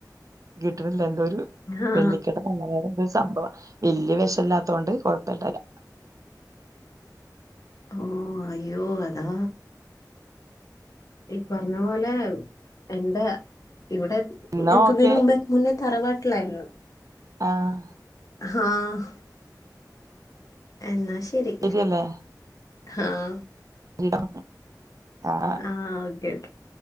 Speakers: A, on the right; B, on the left.
A: കിട്ടണില്ല എന്തോ ഒരു
B: ആ
A: വെള്ളിക്കട്ട പറഞ്ഞ നേരം ഒരു സംഭവമാ വല്യ വെഷം ഇല്ലാത്തത്തോണ്ട് കൊഴപ്പം ഒന്നുമില്ല
B: ഓഹ് അയ്യോ അതാ ഈ പറഞ്ഞ പോലെ എന്റെ ഇവിടെ
A: എന്നാ
B: എത്തുന്നതിന്
A: ഓക്കെ
B: മുമ്പേ മുന്നേ തറവാട്ടിലായിരുന്നു
A: ആഹ്
B: ങ്ങ് ആഹ് എന്നാ ശരി
A: ശരിയല്ലേ
B: ആഹ്
A: ഇടാ ആഹ്
B: ആഹ് ഓക്കേ ഓക്കേ